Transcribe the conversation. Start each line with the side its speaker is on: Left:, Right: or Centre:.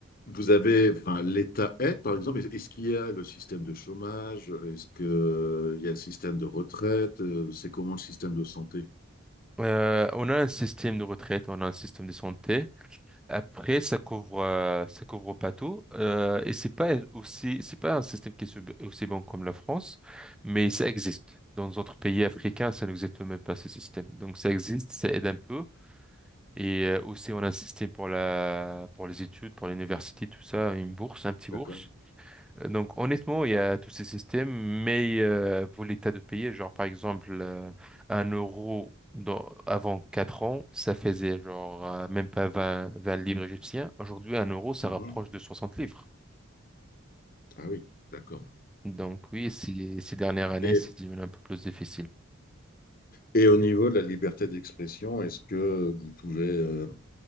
Left: vous avez, enfin, l'État aide, par exemple, est-ce qu'il y a le système de chômage? Est-ce qu'il y a le système de retraite? Euh, C'est comment le système de santé?
Centre: Euh, on a un système de retraite, on a un système de santé. Après, ça couvre, euh, ça couvre pas tout. Euh, et c'est pas aussi, c'est pas un système qui est sub- aussi bon comme la France, mais ça existe. Dans d'autres pays africains, ça n'existe même pas ce système. Donc ça existe, ça aide un peu. Et euh, aussi, on a un système pour la, pour les études, pour l'université, tout ça, une bourse, un petit bourse.
Left: D'accord?
Centre: Euh, Donc honnêtement, il y a tous ces systèmes, mais euh, pour l'état de payer, genre par exemple euh, un euro dans- avant 4 ans, ça faisait genre euh, même pas vingt 20 livres égyptiens. Aujourd'hui, un euro, ça
Left: Mhm.
Centre: rapproche de soixante livres.
Left: Ah oui, d'accord.
Centre: Donc oui, ces, ces dernières années,
Left: Et,
Centre: c'est devenu un peu plus difficile.
Left: Et au niveau de la liberté d'expression, est-ce que vous pouvez euh,